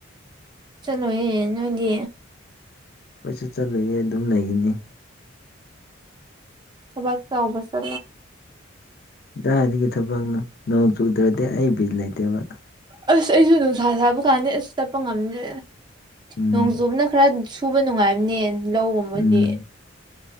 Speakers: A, on the right; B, on the left.
A: ꯆꯂꯣꯌꯦ ꯅꯣꯏꯗꯤ
B: ꯑꯩꯈꯣꯏꯁꯨ ꯆꯠꯂꯨꯌꯦ ꯑꯗꯨꯝ ꯂꯩꯒꯅꯤ
A: ꯊꯕꯥꯛ ꯆ ꯎꯁ
B: ꯏꯇꯥꯒꯤ ꯊꯕꯛꯅꯣ ꯅꯣꯡ ꯆꯨꯗ꯭ꯔꯗꯤ ꯑꯩ ꯕꯤ ꯂꯩꯇꯦꯕ
A: ꯑꯁ ꯑꯩꯁꯨ ꯅꯨꯡꯁꯥ ꯁꯥꯕ ꯀꯥꯟꯗ ꯑꯁ ꯆꯠꯄ ꯉꯝꯗꯦ
B: ꯎꯝ
A: ꯅꯣꯡꯖꯨꯕꯅ ꯈꯔ ꯁꯨꯕ ꯅꯨꯡꯉꯥꯏꯕꯅꯦ ꯂꯧꯒꯨꯝꯕꯗꯤ
B: ꯎꯝ